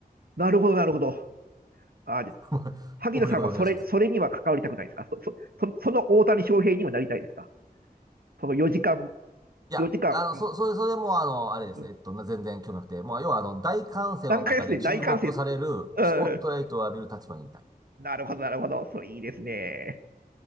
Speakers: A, on the right (about 75°); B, on the right (about 25°).
A: なるほど、なるほど。ああ、じゃ
B: <laughs>
A: 萩野さんはそれ、
B: オフレコでお願いします。
A: それには関わりたくないですかそ、そ、そその大谷翔平にはなりたいですかその4時間、
B: いや、
A: 4時間、
B: あの、
A: うん、
B: そ、それ、それも、あの、あれです。
A: うん
B: えっと、全然興味なくて。もう、要は、あの、大歓声の中で注目される、
A: 短歌ですね、大歓声。うん。
B: スポットライトを浴びる立場にいたい。
A: なるほど、なるほど。それいいですね。